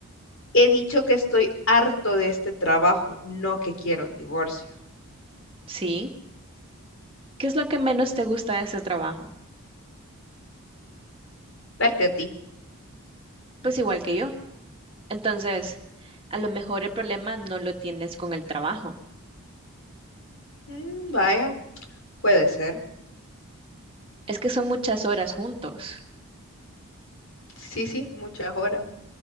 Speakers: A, on the left; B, on the right.
A: He dicho que estoy harto de este trabajo, no que quiero un divorcio.
B: Sí. ¿Qué es lo que menos te gusta de ese trabajo?
A: Verte a ti.
B: Pues igual que yo. Entonces, a lo mejor el problema no lo tienes con el trabajo.
A: Mm, vaya, puede ser.
B: Es que son muchas horas juntos.
A: Sí, sí, muchas horas.